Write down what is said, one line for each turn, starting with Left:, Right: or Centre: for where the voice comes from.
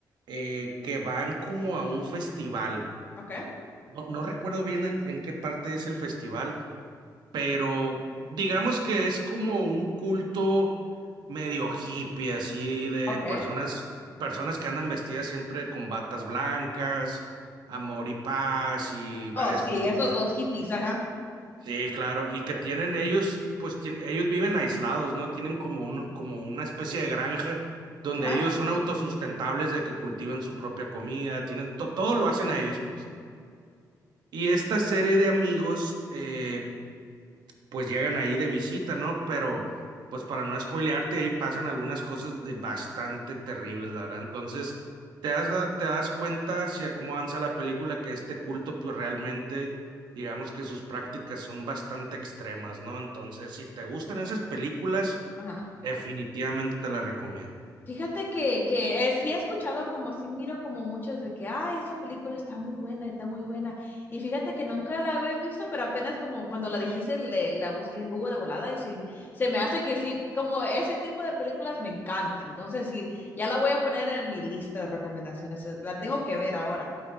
Right: eh, que van como a un festival.
Left: ok,
Right: No, no recuerdo bien en en qué parte es el festival pero digamos que es como un culto medio hippie, así de
Left: ok.
Right: personas, personas que andan vestidas siempre con batas blancas, amor y paz y varias
Left: Oh, sí,
Right: cositas.
Left: esos dos
Right: eh.
Left: hippies, ajá,
Right: Sí, claro, y que tienen ellos, pues tien- ellos viven aislados, ¿no? Tienen como un, como una especie de granja donde
Left: ajá,
Right: ellos son autosustentables de que cultivan su propia comida, tienen to- todo lo hacen ellos, pues. Y esta serie de amigos, eh, pues llegan ahí de visita, ¿no? Pero pues para no spoilearte, ahí pasan algunas cosas de bastante terribles, la verdad. Entonces, te das, da- te das cuenta hacia cómo avanza la película que este culto, pues realmente, digamos que sus prácticas son bastante extremas, ¿no? Entonces, si te gustan esas películas,
Left: ajá.
Right: definitivamente te las recomiendo.
Left: Fíjate que, que eh, sí he escuchado como sí miro como muchas de que, ay, esa película está muy buena, está muy buena. Y fíjate que nunca la había visto, pero apenas como cuando la dijiste, le- la busqué en Google de volada y sí, se me hace que sí, como ese tipo de películas me encanta. Entonces sí, ya la voy a poner en mi lista de recomendaciones, eh, la tengo que ver ahora.